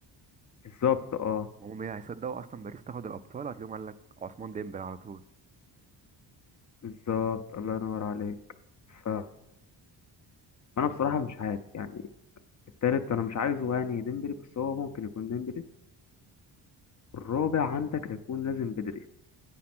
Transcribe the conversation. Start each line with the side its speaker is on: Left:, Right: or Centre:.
Left: بالظبط اه
Right: هم ايه هيصدقوا أصلا باريس تاخد الأبطال هتلاقيهم قال لك عثمان ديمبلي على طول
Left: بالظبط الله ينور عليك ف أنا بصراحة مش عارف يعني التالت أنا مش عايزه يعني ديمبلي بس هو ممكن يكون ديمبلي الرابع عندك هيكون لازم بدري